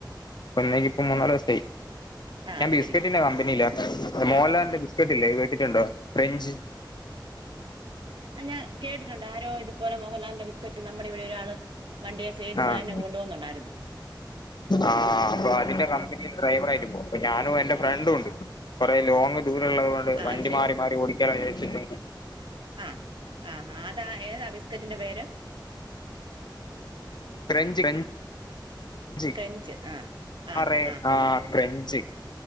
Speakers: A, on the left; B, on the right.
A: ഇപ്പൊ ഇന്നേക്ക് ഇപ്പൊ മൂന്നാല് ദിവസായി...
B: ആഹ്
A: ഞാൻ
B: അത്
A: ബിസ്കറ്റിന്റെ
B: ശരി
A: കമ്പനിയിലാ മോഹൻലാലിന്റെ
B: ആഹ് ആഹ് ആഹ്
A: ബിസ്കറ്റ് ഇല്ലേ കേട്ടിട്ടുണ്ടോ ക്രെൻഞ്ച്
B: ആഹ് ഞാ കേട്ടിട്ടുണ്ട് ആരോ ഇതുപോലെ മോഹൻലാലിന്റെ ബിസ്കറ്റ് നമ്മുടെ ഇവിടെ ഒരാള് വണ്ടിയേൽ സേയിൽസ
A: ആഹ്
B: എന്നെ കൊണ്ടു പോകുന്നണ്ടായിരുന്നു...
A: ആഹ് അപ്പൊ അതിന്റെ കമ്പനിയിൽ ഡ്രൈവർ ആയിട്ട് പോണു പ്പൊ ഞാനും എന്റെ ഫ്രണ്ടും ഉണ്ട് കുറെേ ലോങ്ങ് ദൂര ഉള്ളത് കൊണ്ട്
B: ആഹ്
A: വണ്ടി
B: അത് ശരി
A: മാറി മാറി ഓടിക്കാന്ന് വിചാരി ച്ചിട്ടേനി
B: ആഹ് ആഹ് ആഹ് ആതാ ഏതാ ബിസ്കറ്റിന്റെ പേര്
A: ക്രെഞ്ച് കഞ്ച്
B: ക്രഞ്ച് ആഹ് ആഹ്
A: ആറെ
B: ആഹ്
A: ആത്രഞ്ചി
B: ആഹ്